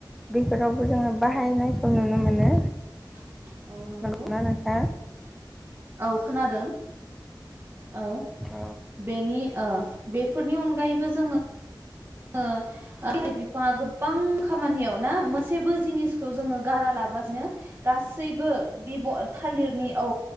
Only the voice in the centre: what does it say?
बेफोरावबो जोङो नायखौ नुनो मोनो
नंगौना नोंथां
औ